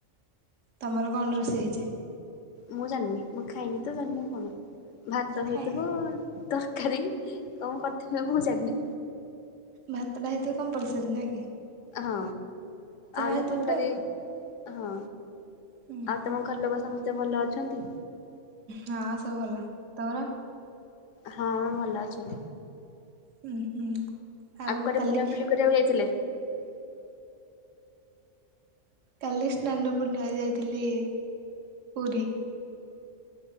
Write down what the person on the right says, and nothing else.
ତମର କଣ ରୋଷେଇ ହେଇଛି?
ଖାଇ
ଭାତଟା ହେଇଥିବ କମ୍ପଲସରୀ ନା କି?
ହେଇଥିବ
ଗୋଟେ ଆଉ।
ହୁଁ
ହୁଁ
ହଁ ସବୁ ଭଲ ତମର?
ହୁଁ ହୁଁ। ଆଉ
କାଲି
କାଲି ସ୍ନାନ ପୂର୍ଣ୍ଣିମାରେ ଯାଇଥିଲି ପୁରୀ।